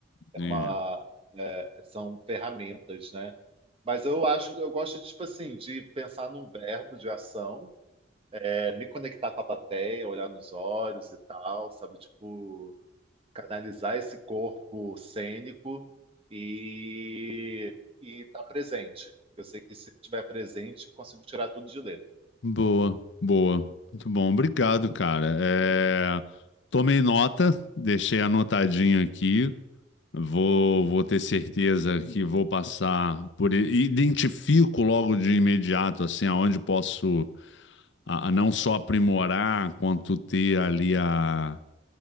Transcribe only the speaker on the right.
É
uma, é, são ferramentas, né? Mas eu acho, eu gosto, tipo assim, de pensar num verbo de ação, é, me conectar com a plateia, olhar nos olhos e tal, sabe? Tipo, canalizar esse corpo cênico e estar presente. Eu sei que se eu estiver presente, eu consigo tirar tudo de letra.